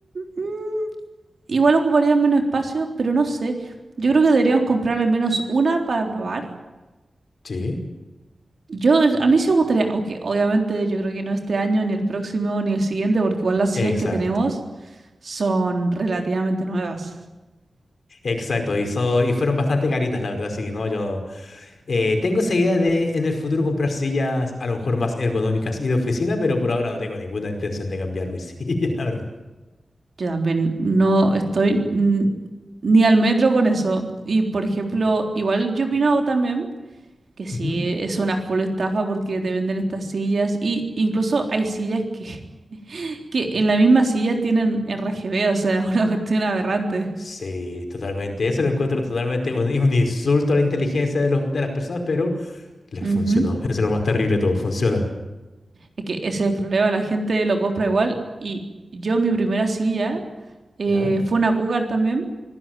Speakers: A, on the right; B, on the left.
A: mm, igual ocuparían menos espacio, pero no sé. Yo creo que deberíamos comprar al menos una para probar.
B: Sí.
A: Yo, a mí sí me gustaría, aunque obviamente yo creo que no este año, ni el próximo, ni el siguiente, porque igual las sillas
B: Exacto,
A: que tenemos son relativamente nuevas.
B: exacto. Y, so- y fueron bastante caritas, la verdad, sí, ¿no? Yo eh, tengo esa idea de en el futuro comprar sillas a lo mejor más ergonómicas y de oficina, pero por ahora no tengo ninguna intención de cambiar mi <laughs> silla, la verdad.
A: Yo también no estoy n- ni al metro con eso. Y por ejemplo, igual yo opino también que sí,
B: Ujú.
A: es una full estafa porque te venden estas sillas y incluso hay sillas que, <laughs> que en la misma silla tienen RGB, o sea, <laughs> una cuestión aberrante.
B: Sí, totalmente. Eso lo encuentro totalmente un, un insulto a la inteligencia de, los, de las personas, pero les
A: Ujú.
B: funcionó. Eso es lo más terrible de todo, funciona.
A: Es que ese es el problema, la gente lo compra igual y yo mi primera silla eh,
B: ¿Ya?
A: fue una Cougar también